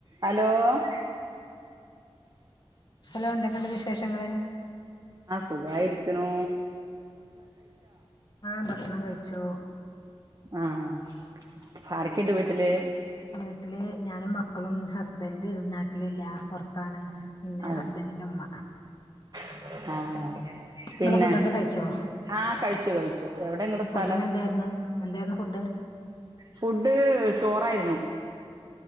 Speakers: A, on the right (about 40°); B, on the left (about 45°).
A: Hello <inaudible>
B: hello എന്തൊക്കെയുണ്ട് വിശേഷങ്ങള്
A: സുഖായിരിക്കണൂ
B: ആഹ് ഭക്ഷണം കഴിച്ചു
A: ആഹ് ആരൊക്കെയുണ്ട് വീട്ടില്
B: വീട്ടില് ഞാനും മക്കളും ഹസ്ബൻഡ് നാട്ടിലില്ല പുറ ത്താണ് പിന്നെ
A: അതെ
B: ഹസ്ബന്റിന്റെ ഉമ്മ
A: ആഹ്
B: ങ്ങളെ
A: പിന്നെ
B: ഫുഡൊക്കെ കഴിച്ചോ
A: ആഹ് കഴിച്ചു കഴിച്ചു എവിടെ നിങ്ങടെ സ്ഥലം
B: ഫുഡിന് എന്തായിരുന്നു എന്തായിരുന്നു ഫുഡ്
A: ഫുഡ് ചോറായിരുന്നു